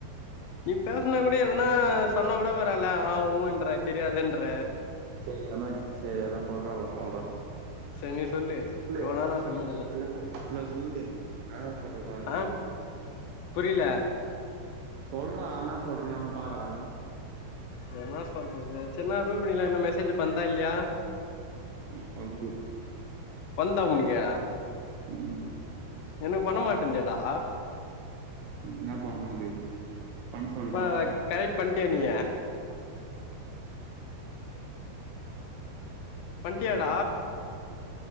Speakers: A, on the left; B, on the right.
A: நீ பேசுனா கூட எதுனா சொன்னா கூட பரவால ஆ ஊன்ற தெரியாதுன்ற
B: சேரி ஆனா இப் சேரி ஆனா சொல்றேப்பா சொல்றே
A: செரி நீ
B: சொல்லு
A: இவ்ளோ
B: <unintelligible>
A: நேரோ சொல்லிருந்தல்ல ஆ
B: <unintelligible>
A: புரில
B: சொல்றா என்ன சொல்றனு நானு பாக்குறே
A: என்ன சொல்றது சென்ன ரூபிணிலா இன்னும் மெசேஜ் பண்தா இல்லையா
B: ஏ பண்து
A: பண்தா உனக்கு
B: ம்
A: எனக்கு பண்ண மாட்டேங்குதடா
B: என்ன பண்லா அதுக்கு பண்ன சொல்ட்டா
A: இப்ப கரெக்ட் பண்டியா நியீ பண்ட்டியாடா